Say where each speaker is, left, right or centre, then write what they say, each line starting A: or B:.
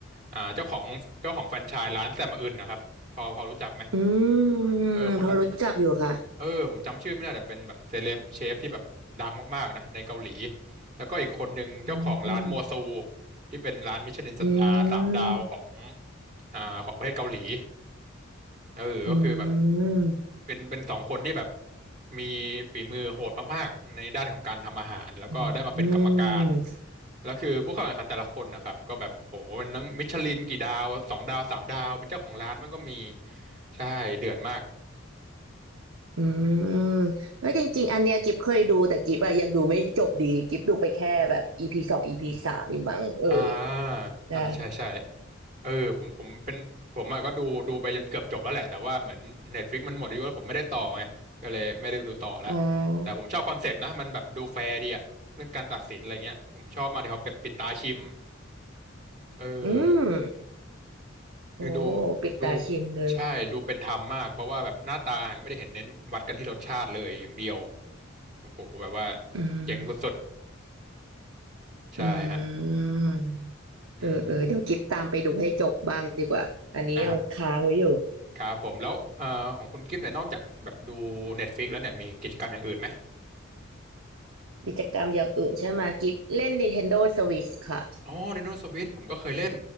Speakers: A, on the right; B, on the right.
A: อ่าเจ้าของเจ้าของแฟรนไชส์ร้านแซมอื่นนะครับพอพอรู้จักไหม
B: อืมพอรู้จักอยู่ค่ะ
A: เออคนนั้นเออผมจำชื่อไม่ได้แต่เป็นแบบเซเลบเชฟที่แบบดังมากๆนะในเกาหลีแล้วก็อีกคนหนึ่งเจ้าของร้านโมซู
B: อืม
A: ที่เป็นร้านมิชลินสตาร์สามดาวของ
B: อืม
A: อ่าของประเทศเกาหลีเออก็คือแบบ
B: อืม
A: เป็นเป็นสองคนที่แบบมีฝีมือโหดมากๆในด้านของการทำอาหารแล้วก็ได้มาเป็นกรรมการ
B: อืม
A: แล้วคือผู้เข้าแข่งขันแต่ละคนนะครับก็แบบโหมันทั้งมิชลินกี่ดาวสองดาวสามดาวเป็นเจ้าของร้านมันก็มีใช่เดือดมาก
B: อืมแล้วจริงๆอันเนี้ยกิฟเคยดูแต่กิฟอะยังดูไม่จบดีกิฟดูไปแค่แบบอีพีสองอีพีสามอยูมั้งเออ
A: อ่า
B: ได้
A: อ่าใช่ใช่เออผมผมเป็นผมอะก็ดูดูไปจนเกือบจบแล้วแหละแต่ว่าเหมือน Netflix มันหมดอายุแล้วผมไม่ได้ต่อไงก็เลยไม่ได้ดูต่อละ
B: อ๋อ
A: แต่ผมชอบคอนเซปต์นะมันแบบดูแฟร์ดีอะเรื่องการตัดสินอะไรเงี้ยผมชอบมากที่เขาแบบปิดตาชิม เออ
B: อืมโอ้
A: คือดู
B: ปิดตาชิมเลย
A: ดูใช่ดูเป็นธรรมมากเพราะว่าแบบหน้าตาอาหารก็ไม่ได้เห็นเน้นวัดกันที่รสชาติเลยอย่างเดียวโอ้โหแบบว่า
B: อืม
A: เจ๋งสุดๆใช่ฮะ
B: อืม
A: อืม
B: เออเออเดี๋ยวกิฟตามไปดูให้จบบ้างดีกว่า อันนี้ยังค้างไว้อยู่
A: อ่าครับผมแล้วเอ่อของคุณกิฟเนี่ยนอกจากแบบดู Netflix แล้วเนี่ยมีกิจกรรมอย่างอื่นไหม
B: กิจกรรมอย่างอื่นใช่ไหมกิฟเล่น Nintendo Switch ค่ะ
A: อ๋อ Nintendo Switch ผมก็เคยเล่น